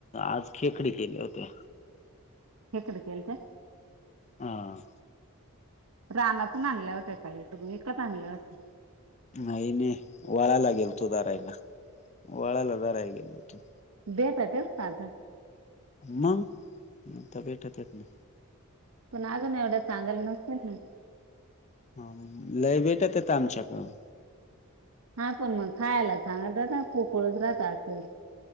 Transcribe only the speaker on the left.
आज खेकडी केले होते
हां
नाही, नाही वळाला गेलतो दारायला वळाला दारायला गेलो होतो
मगता भेटत येत ना
ह लय भेटत येत आमच्याकडन